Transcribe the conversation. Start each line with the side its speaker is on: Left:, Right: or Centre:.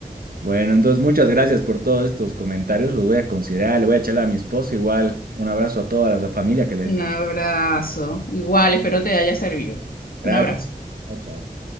Right: Bueno, entonces muchas gracias por todos estos comentarios, los voy a considerar, le voy a echar a mi esposa igual. Un abrazo a toda la familia que le...
Left: Un abrazo. Igual, espero te haya servido.
Right: Gracias.
Left: Un abrazo.
Right: Chao, chao.